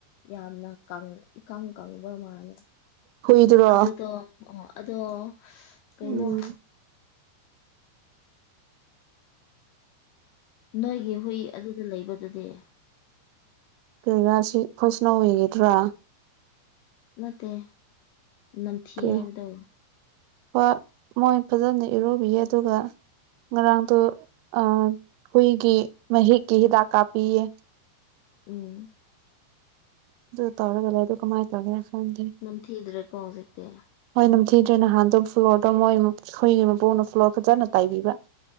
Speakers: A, on the left; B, on the right.
A: ꯌꯥꯝꯅ ꯀꯪ ꯏꯀꯪ ꯀꯪꯕ ꯃꯥꯜꯂꯦ
B: ꯍꯨꯏꯗꯨꯔꯣ
A: ꯑꯗꯨꯗꯣ ꯑꯣ ꯑꯗꯣ ꯀꯩꯅꯣ
B: ꯎꯝ
A: ꯅꯣꯏꯒꯤ ꯍꯨꯏ ꯑꯗꯨꯗ ꯂꯩꯕꯗꯨꯗꯤ
B: ꯀꯩꯔꯥꯁꯤ ꯐꯣꯁꯅꯧ ꯑꯣꯏꯒꯗ꯭ꯔꯥ
A: ꯅꯠꯇꯦ ꯅꯝꯊꯤ
B: ꯀꯔꯤ
A: ꯍꯥꯏꯕꯗꯣ
B: ꯍꯣꯏ ꯃꯣꯏ ꯐꯖꯅ ꯏꯔꯨꯕꯤꯌꯦ ꯑꯗꯨꯒ ꯉꯔꯥꯡꯗꯣ ꯑ ꯍꯨꯏꯒꯤ ꯃꯍꯤꯛꯀꯤ ꯍꯤꯗꯥꯛ ꯀꯥꯞꯄꯤꯌꯦ
A: ꯎꯝ
B: ꯑꯗꯨ ꯇꯧꯔꯒ ꯂ ꯩꯕꯗꯨ ꯀꯃꯥꯥꯏ ꯇꯧꯒꯦ ꯈꯪꯗꯦ
A: ꯅꯝꯊꯤꯗ꯭ꯔꯦꯀꯣ ꯍꯧꯖꯤꯛꯇꯤ
B: ꯍꯣꯏ ꯅꯤꯡꯊꯤꯗ꯭ꯔꯦ ꯅꯍꯥꯟꯗꯣ ꯐ꯭ꯂꯣꯔꯗꯣ ꯃꯣꯏ ꯑꯩꯈꯣꯏꯒꯤ ꯃꯄꯨꯅ ꯐ꯭ꯂꯣꯔ ꯐꯖꯅ ꯇꯥꯏꯕꯤꯕ